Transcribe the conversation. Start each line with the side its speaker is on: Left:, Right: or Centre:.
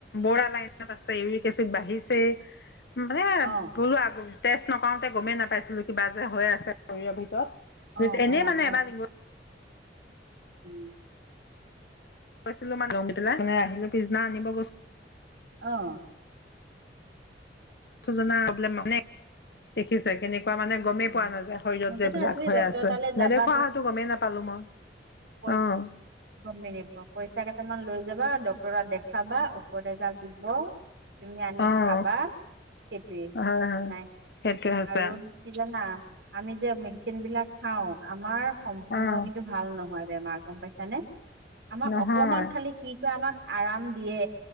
Left: বৰালাইনত আছে ইউৰিক এচিড বাঢ়িছে। মানে <unintelligible>
Right: অ
Left: টেষ্ট্ৰ নকাওঁতে গমেই নাপাইছিলো কিবা যে হৈ আছে শৰীৰৰ ভিতৰত।
Right: অ
Left: যি এনেই
Right: অ
Left: মানে
Right: অ
Left: এবাৰ গৈ
Right: উম।
Left: <unintelligible> মানে আহিলো পিছদিনা আনিব গৈ
Right: অঁ।
Left: <unintelligible> দেখিছে কেনেকুৱা মানে গমেই
Right: উম।
Left: পোৱা নাযায় শৰীৰত
Right: মুঠতে
Left: যে এইবিলাক
Right: আজিকালি
Left: হৈ
Right: ডক্তৰ
Left: আছে,
Right: তালৈ যাবা
Left: নেদেখোৱা হয়টো গমেই নাপালোঁ মই।
Right: বৈ
Left: অঁ
Right: <unintelligible> গমেই নাপাওঁ, পইচা কেইটামান লৈ যাবা ডক্তৰক দেখাবা ঔষধ এগাল দিব তুমি আনি
Left: অঁ
Right: খাবা সেইটোৱে,
Left: হয়
Right: একো
Left: হয়
Right: নাই
Left: সেইটোৱে হৈছে
Right: আৰু কি জানা? আমি যে মেডিচিন বিলাক খাওঁ আমাৰ সম্পূৰ্ণ
Left: অঁ
Right: কিন্তু ভাল নহয় বেমাৰ, গম পাইছানে? আমাৰ
Left: নহয়
Right: অকমান খালি কি কয় আমাক আৰাম দিয়ে,